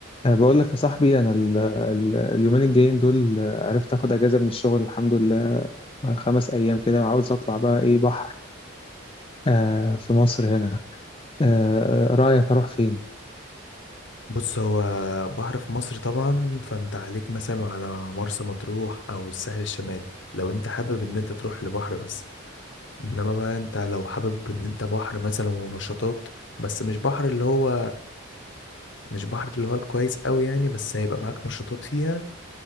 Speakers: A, on the left (about 25°); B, on the left (about 60°).
A: أنا بقول لك يا صاحبي أنا ال ال اليومين الجايين دول آه، عرفت آخد أجازة من الشغل الحمد لله آه، خمس أيام كده وعاوز أطلع بقى إيه بحر آه في مصر هنا آه آه، رأيك أروح فين؟
B: بص هو بحر في مصر طبعا فانت عليك مثلا على مرسى مطروح او الساحل الشمالي لو انت حابب ان انت تروح لبحر بس انما بقى انت لو حابب ان انت بحر مثلا ونشاطات بس مش بحر اللي هو مش بحر اللي هو الكويس قوي يعني بس هيبقى معاك نشاطات فيها